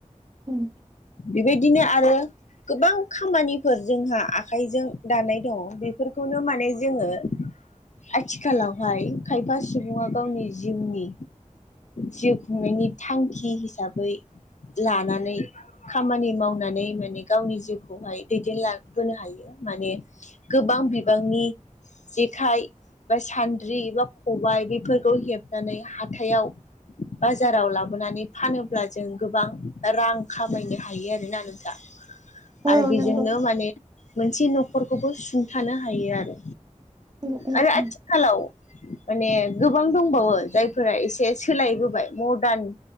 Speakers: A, on the right; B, on the left.
A: उम
B: बेबायदिनो आरो गोबां खामानिफोर जोंहा आखाइजों दानाय दङ बेफोरखौनो माने जोङो आथिखालावहाय खायफा सुबुङा गावनि जिउनि जिउ खुंनायनि थांखि हिसाबै लानानै खामानि मावनानै माने गावनि जिउखौहाय दैदेनलाबोनो हायो माने गोबां बिबांनि जेखाइ बा सान्द्रि बा खबाय बेफोरखौ हेबनानै हाथायाव बाजाराव लाबो बोनानै फानोब्ला जों गोबां रां खामायनो हायो आरोना नोंथां। आरो
A: औ
B: बेजोंनो
A: नंगौ
B: माने मोनसे न'खरखौबो सुंथानो हायो आरो
A: उम उम
B: आरो
A: उम
B: आथिख खालाव माने गोबां दंबावो जायफोरा एसे सोलायबोबाय मडार्न